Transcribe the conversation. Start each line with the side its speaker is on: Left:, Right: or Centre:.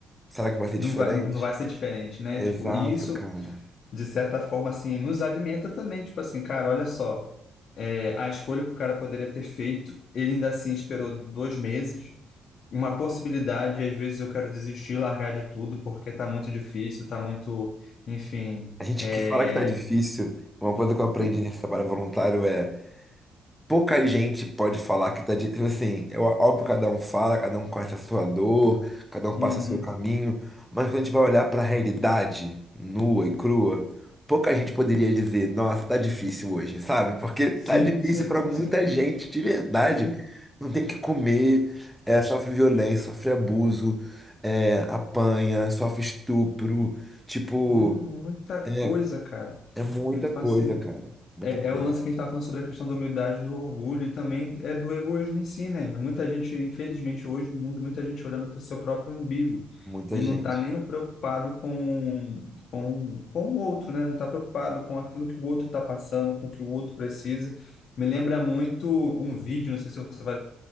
Centre: será que vai ser
Left: não
Centre: diferente?
Left: vai, não vai ser diferente, né?
Centre: Exato,
Left: Tipo, e isso
Centre: cara.
Left: de certa forma, assim, nos alimenta também. Tipo assim, cara, olha só, é, a escolha que o cara poderia ter feito, ele ainda assim esperou dois meses. Uma possibilidade, às vezes eu quero desistir, largar de tudo, porque tá muito difícil, tá muito, enfim.
Centre: A gente
Left: É...
Centre: que fala que tá difícil, uma coisa que eu aprendi
Left: e-
Centre: nesse trabalho voluntário é pouca gente pode falar que tá de, tipo assim, é ó- óbvio que cada um fala, cada um conhece a sua dor, cada um
Left: Uhum.
Centre: passa o seu caminho, mas quando a gente vai olhar pra realidade nua e crua, pouca gente poderia dizer, nossa, tá difícil hoje, sabe? Porque tá
Left: Sim,
Centre: difícil
Left: sim,
Centre: pra muita
Left: sim,
Centre: gente, de verdade.
Left: sim.
Centre: Não tem o que comer, é, sofre violência, sofre abuso, é, apanha, sofre estupro, tipo,
Left: Hum, muita
Centre: é,
Left: coisa, cara.
Centre: é muita
Left: Então,
Centre: coisa,
Left: assim,
Centre: cara. Muita
Left: É,
Centre: coisa,
Left: é o lance que a gente está falando sobre a questão da humildade, do orgulho e também é do egoísmo em si, né? É Muita gente, infelizmente, hoje no mundo, muita gente olhando para o seu próprio umbigo
Centre: muita
Left: e não
Centre: gente.
Left: está nem preocupado com, com, com o outro, né? Não está preocupado com aquilo que o outro está passando, com o que o outro precisa. Me lembra muito um vídeo, não sei se você vai,